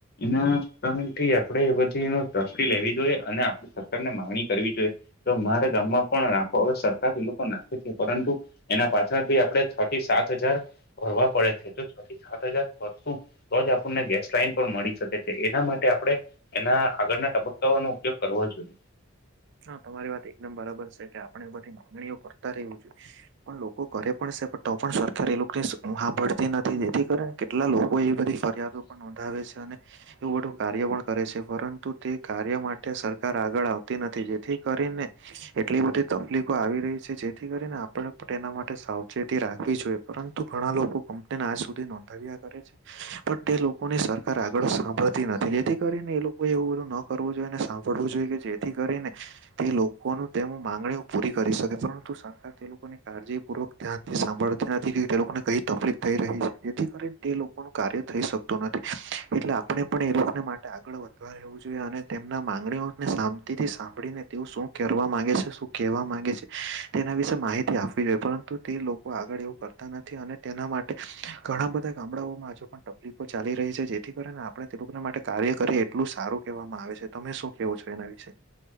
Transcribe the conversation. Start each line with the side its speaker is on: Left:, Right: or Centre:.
Left: એના આપડે એ બધીન ટ્રષ્ટી લેવી જોઈએ, અને આપણે સરકારને માંગણી કરવી જોઈએ. તો મારે ગામમાં પણ રાખો હવે સરકારએ લોકો નાખે છે, પરંતુ એના પાછળ ભી આપડે છ થી સાત હજાર ભરવા પડે છે, તો સાત હજાર ભરશું તોજ આપણને ગેસ લાઈન પણ મળી શકે છે, એના માટે આપણે એના આગળના તબક્કાઓનો ઉપયોગ કરવો જોઈએ.
Right: હા, તમારી વાત એકદમ બરાબર છે કે આપણે બધી માંગણીઓ કરતા રહેવી જોઈએ પણ લોકો કરે પણ છે, પણ તો પણ સરકારી નોકરી એ લોકોને સાંભરતી નથી જેથી કરીને કેટલા લોકોએ બધી ફરિયાદો પણ નોંધાવે છે, અને એવું મોટું કાર્ય પણ કરે છે, પરંતુ તે કાર્ય માટે સરકાર આગળ આવતી નથી જેથી કરીને, એટલી બધી તકલીફો આવી રહી છે, જેથી કરીને આપડે પણ એના માટે સાવ ચેતી રાખવી જોઈએ, પરંતુ ઘણા લોકો કમ્પ્લેન આજ સુધી નોંધાવ્યા કરે છે પણ તે લોકોની સરકાર આગળ સાંભળતી નથી, જેથી કરીને એ લોકો એવું બધું ન કરવું જોઈએ, અને સાંભળવું જોઈએ, કે જેથી કરીને, તે લોકોનું તે માંગણીઓ પૂરી કરી શકે પરંતુ સરકાર તે લોકોની કાળજીપૂર્વક, ત્યાં સાંભળતી નથી કે તે લોકોને કઈ તકલીફ થઈ રહી છે જેથી કરીને તે લોકોનું કાર્ય થઈ શક એટલે આપણે પણ એ લોકોને માટે આગળ વધવા રહેવું જોઈએ અને તેમના માંગણીઓને સન તી થી સાંભળીને તેવો શું કરવા માંગે છે શું કહેવા માંગે છે તેના વિશેે માહિતી આપવી જોઈએ પરંતુ તે લોકો આગળ એવું કરતા નથી અને તેના માટે ઘણા બધા ગામડાઓમાં હજુ પણ તલી ચાલી રહી છે જેથી કરીને આપણે તે લોકોના માટે કાર્ય કરીએ એટલું સારું કહેવામાં આવે છે તમે શું કેવો છો એના વિશે